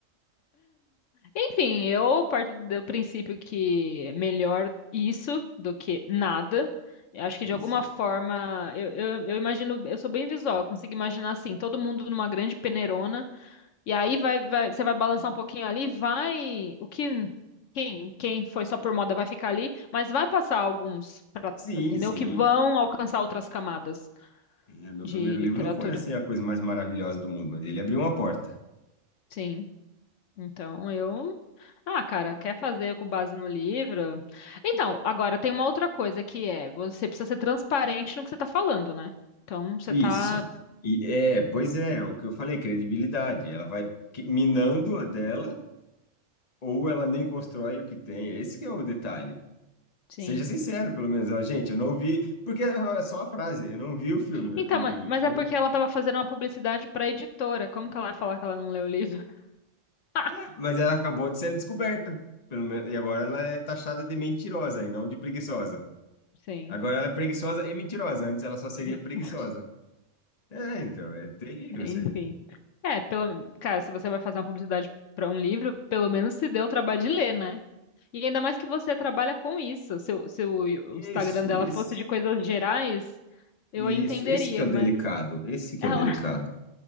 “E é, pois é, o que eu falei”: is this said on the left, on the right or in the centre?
Left